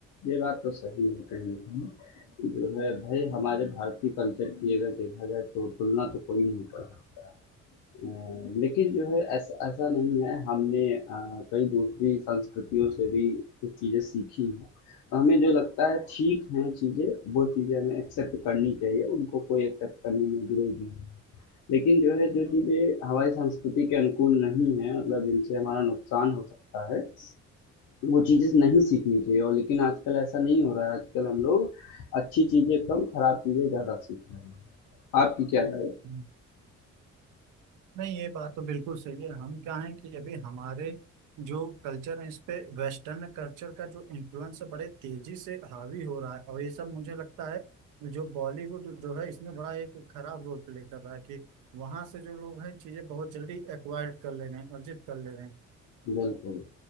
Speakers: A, on the left; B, on the right.
A: ये बात तो सही है कहीं ना कहीं जो है भाई हमारे भारतीय कल्चर की अगर देखा जाए तो तुलना तो कोई नहीं कर सकता है अ, लेकिन जो है ऐसा ऐसा नहीं है हमने अ, कई दूसरी संस्कृतियों से भी कुछ चीज़ें सीखी हैं तो हमें जो लगता है ठीक हैं चीज़ें वो चीज़ें हमें एक्सेप्ट करनी चाहिए उनको कोई एक्सेप्ट करने में विरोध नहीं है लेकिन जो है जो चीज़ें हमारी संस्कृति के अनुकूल नहीं है मतलब जिनसे हमारा नुकसान हो सकता है वो चीज़ें नहीं सीखनी चाहिए और लेकिन आजकल ऐसा नहीं हो रहा है आजकल हम लोग अच्छी चीज़ें कम खराब चीज़ें ज़्यादा सीख रहे हैं आपकी क्या राय है?
B: हाँ नहीं ये बात तो बिल्कुल सही है हम क्या है कि अभी हमारे जो कल्चर है इस पे वेस्टर्न कल्चर का जो इन्फ्लुएंस है बड़े तेजी से हावी हो रहा है और ये सब मुझे लगता है जो बॉलीवुड जो है इसमें बड़ा एक खराब रोल प्ले कर रहा है कि वहां से जो लोग हैं चीजें बहुत जल्दी एक्वायर्ड कर ले रहे हैं अर्जित कर ले रहे हैं
A: बिल्कुल